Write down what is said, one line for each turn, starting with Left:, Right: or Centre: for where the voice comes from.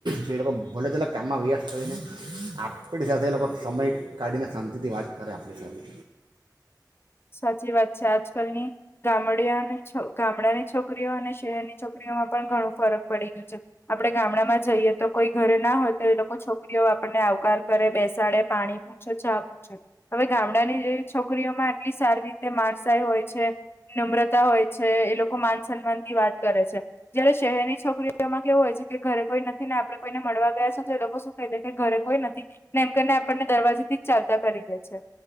Right: તો એ લોકો ભલે કેટલાક કામમાં વ્યસ્ત રેને આપડી સાથે એ લોકો સમય કાઢીને શાંતિથી વાત કરે આપડી સાથે
Left: સાચી વાત છે આજ કાલની ગામડીયાની છો ગામડાની છો છોકરીઓ અને શહેરની છોકરીઓમાં પણ ઘણું ફરક પડી ગયું છે, આપડે ગામડામાં જઈએ તો કોઈ ઘરે ના હોય તો એ લોકો છોકરીઓ આપણને આવકાર કરે બેસ શાડે, પાણી પૂછે, ચા પૂછે, હવે ગામડાની જે છોકરીઓમાં એટલી સારી રીતે માણસાઈ હોય છે, નમ્રતા હોય છે, એ લોકો માન સન્માનથી વાત કરે છે જયારે શહેરની છોકરીઓમાં કેવું હોય છે કે ઘરે કોઈ નથી ને આપડે કોઈને મળવા ગયા છે તો એ લોકો શું કહી દે કે ઘરે કોઈ નથી ને એમ કરીને આપણને દરવાજેથી જ ચાલતા કરી દે છે